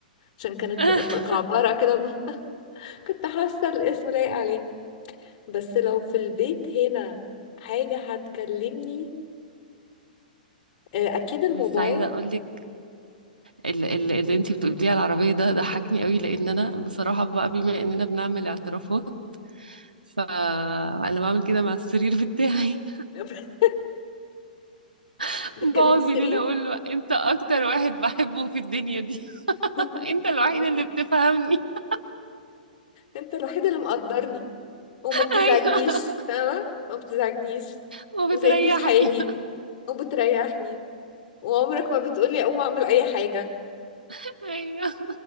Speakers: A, on the left; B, on the right.
A: عشان كانت
B: <laughs>
A: مكعبرة كده <laughs> كنت حاسة الاسم لايق عليه بس لو في البيت هنا حاجة هتكلمني آه، اكيد الموبايل
B: بس عايزه اقول لك اللي, اللي انتي بتقوليه على العربيه ده ضحكني قوي لان انا بصراحه بقى بما اننا بنعمل اعترافات فانا بعمل كده مع السرير بتاعي
A: <laughs>
B: <laughs>
A: بتكلمي
B: بقعد
A: السرير
B: بالليل اقول له انت اكتر واحد بحبه في الدنيا دي
A: <laughs>
B: <laughs> انت الوحيد اللي بتفهمني <laughs>
A: انت الوحيد اللي مقدرني وما بتزعجنيش
B: ايوه
A: فاهمة ما بتزعجنيش
B: وبتريحني
A: وسايبني في حالي وبتريحني وعمرك ما بتقولي اقوم اعمل اي حاجة
B: <laughs> ايوه